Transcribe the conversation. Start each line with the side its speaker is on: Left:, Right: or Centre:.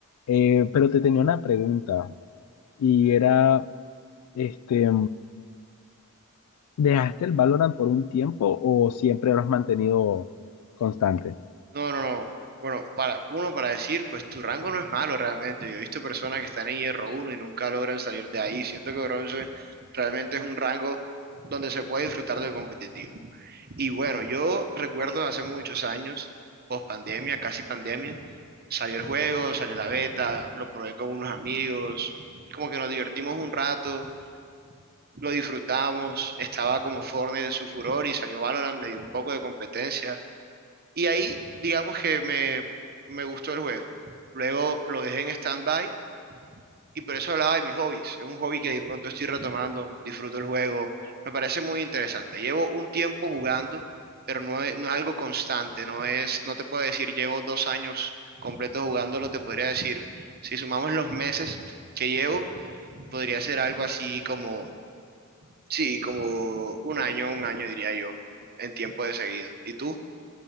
Left: Eh, pero te tenía una pregunta y era, este, ¿dejaste el Valorant por un tiempo o siempre lo has mantenido constante?
Right: No, no, no. Bueno, para uno para decir, pues tu rango no es malo realmente. Yo he visto personas que están en hierro uno y nunca logran salir de ahí. Siento que bronce realmente es un rango donde se puede disfrutar del competitivo. Y bueno, yo recuerdo hace muchos años, post pandemia, casi pandemia, salió el juego, salió la beta, lo probé con unos amigos, como que nos divertimos un rato, lo disfrutamos, estaba como Fortnite en su furor y salió Valorant, le dio un poco de competencia y ahí, digamos que me, me gustó el juego. Luego lo dejé en stand-by y por eso hablaba de mis hobbies. Es un hobby que de pronto estoy retomando, disfruto el juego, me parece muy interesante. Llevo un tiempo jugando, pero no es, no es algo constante, no es, no te puedo decir llevo dos años completos jugándolo, te podría decir, si sumamos los meses que llevo, podría ser algo así como, sí, como un año, un año diría yo, en tiempo de seguido. ¿Y tú?